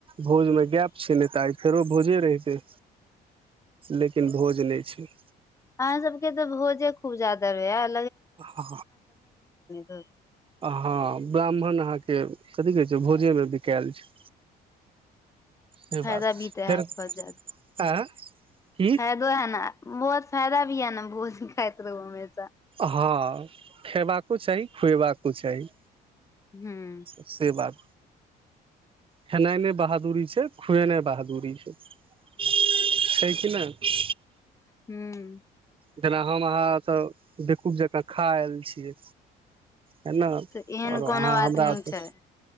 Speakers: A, on the right; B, on the left.
A: भोजमे गैप छै नहि तऽ आइ फेरो भोजे रहितै लेकिन भोज नहि छै
B: अहाँ सबके तऽ भोजे खूब ज्यादा हाएत
A: हँ
B: होत
A: हाँ ब्राह्मण अहाँके कथि कहै छै भोजेमे बिकाएल छै से
B: फायदा
A: बात
B: भी तऽ
A: फेर
B: है बचत
A: आ की
B: फायदो है न बहुत फायदा भी है न भोज खाइत रहु हमेशा
A: हाँ खयबाको चाही खुएबाको चाही
B: हूँ
A: से बात खेनाइ नहि बहादुररी छै खुएना बहादुररी छै छै कि नहि
B: हूँ
A: जेना हम अहाँ तऽ बेवकूफ जंका खा आएल छियै है ने आओरो
B: तऽ एहन कोनो
A: अहाँ
B: बात
A: हमरा
B: नहि
A: ओतऽ
B: छै